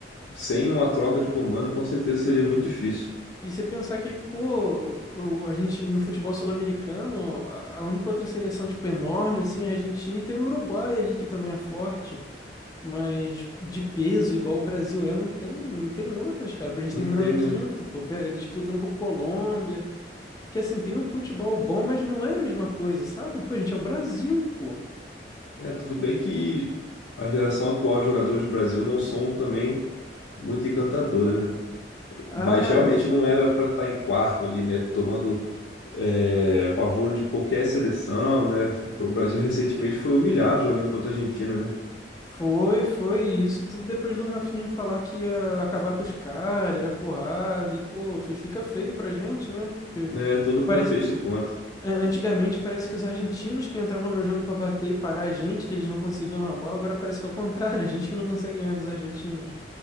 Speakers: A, on the left (about 80°); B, on the left (about 20°).
A: sem uma troca de comando, com certeza seria muito difícil.
B: E você pensar que, pô, o- a gente no futebol sul-americano, a a única outra seleção, tipo, enorme, assim, é a Argentina e tem o Uruguai ali que também é forte. Mas de peso, igual o Brasil é, não tem, não tem outras, cara. Pra gente
A: Não
B: terminar
A: tem,
B: em quinto,
A: né?
B: pô, pe- disputando com a Colômbia. Que assim, tem um futebol bom, mas não é a mesma coisa, sabe? Pô, a gente é o Brasil, pô.
A: É, tudo bem que a geração atual de jogadores do Brasil não são também muito encantadoras, né?
B: Ah,
A: Mas realmente não era para estar em quarto ali, né? Tomando é, a pavor de qualquer seleção, né? O Brasil recentemente foi humilhado jogando contra a Argentina, né?
B: Foi, foi. e Isso tudo depois do Rafinha falar que ia acabar com os caras, era porrada, e pô, fi- fica feio pra gente, né? Porque
A: Né, todo contexto
B: parece.
A: conta.
B: an- Antigamente parece que os argentinos que entravam no jogo pra bater e parar a gente, que eles não conseguiam a bola, agora parece que é o contrário, <laughs> a gente que não consegue ganhar dos argentinos.